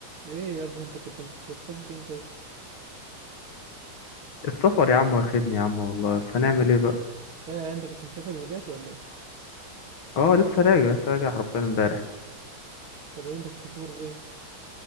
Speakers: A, on the right (about 85°); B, on the left (about 75°).
A: ايه يا ابني انت كنت مخت- مختفي فين كده
B: السفر يا عم واخدني يا عم والله بس هنعمل ايه بقى
A: يا انت كنت مسافر ورجعت ولا ايه
B: اه لسه راجع لسه راجع حرفيا امبارح
A: طب ايه انت كنت مسافر فين